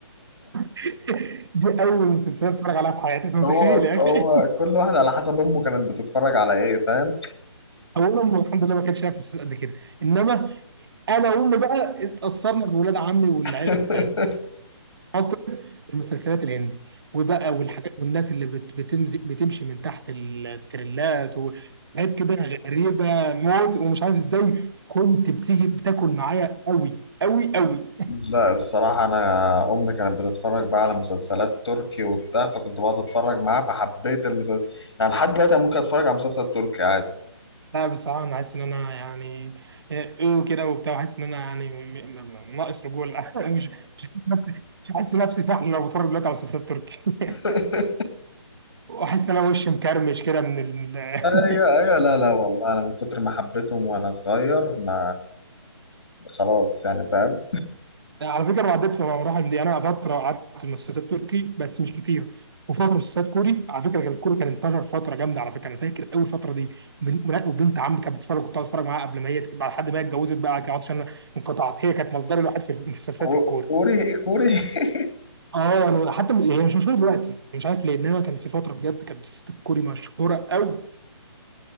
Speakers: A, on the right (about 55°); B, on the left (about 60°).
A: <laughs> دي اول مسلسلات اتفرج عليها في حياتي
B: <laughs>
A: انت متخيل
B: هو
A: يا
B: هو
A: اخي
B: كل واحد على حسب امه كانت بتتفرج على ايه فاهم
A: اولا أمي الحمد لله ما كانش شايف فلوس قد كده انما انا وامي بقى اتاثرنا بولاد عمي والعيله
B: <laughs>
A: بتاعتهم خاطر المسلسلات الهندي وبقى مم. والحاجات والناس اللي بت- بتمزي بتمشي من تحت التريلات وحاجات كده غريبه موت ومش عارف ازاي كنت بتيجي بتاكل معايا قوي قوي قوي
B: لا الصراحة أنا أمي كانت بتتفرج بقى على مسلسلات تركي وبتاع فكنت بقعد أتفرج معاها فحبيت المسلسل يعني لحد دلوقتي أنا ممكن أتفرج على مسلسل تركي عادي
A: لا بصراحه انا حاسس ان انا يعني ايه كده وبتاع حاسس ان انا يعني م- م- م- ناقص رجوله <laughs> مش مش حاسس نفسي مش حاسس نفسي فحل لو بتفرج دلوقتي على مسلسلات تركي <laughs>
B: <laughs>
A: واحس ان انا وشي مكرمش كده من ال
B: ايوه
A: <laughs>
B: ايوه لا لا والله انا من كتر ما حبيتهم وانا صغير ما خلاص يعني فاهم
A: على فكره انا عديت في مراحل من دي انا فتره قعدت في مسلسلات تركي بس مش كتير وفتره مسلسلات كوري على فكره كان الكوري كان انتشر فتره جامده على فكره انا فاكر اول فتره دي بن- بن- وبنت عمي كانت بتتفرج كنت بتفرج معاها قبل ما هي ت- بعد حد ما هي اتجوزت بقى كانت عشان أنا انقطعت هي كانت مصدري الوحيد في المسلسلات
B: كو-
A: الكوري
B: كوري كوري <laughs>
A: اه انا حتى م- هي مش مشهوره دلوقتي مش عارف ليه انما كان في فتره بجد كانت مسلسلات الكوري مشهوره قوي